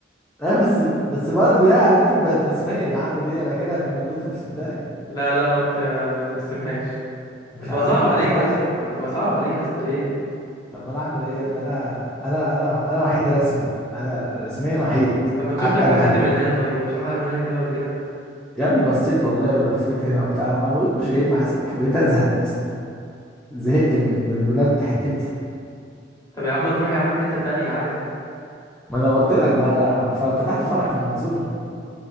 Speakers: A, in the centre; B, on the left (about 20°).
A: ايه بس بس برضه يعني افرض بقت رسميا انا اعمل ايه انا كده كنت وديت نفسي في داهيه
B: لا لا ما ت... ما ترسمهاش
A: مش
B: هتبقى
A: هعزمك
B: صعب عليك
A: على الفرح
B: يا اسطى
A: كده
B: هتبقى صعب عليك يا اسطى ليه
A: طب ما انا اعمل ايه يا ابني انا انا انا انا وحيد رسمي انا رسميا وحيد
B: طب ما تشوف
A: قاعد
B: لك اي
A: وحيد
B: حد من اللي هنا طيب مفيش حد من هنا كده ولا كده
A: يا ابني بصيت والله ولفيت هنا وبتاع ما بقولش جاي مع سكه بقيت ازهق يا اسطى زهقت من من ولاد حتتي
B: طب يا عم تروح يا عم حتة تانية عادي
A: ما انا قلت لك ما أنا عم- فتحت فرع في المنصوره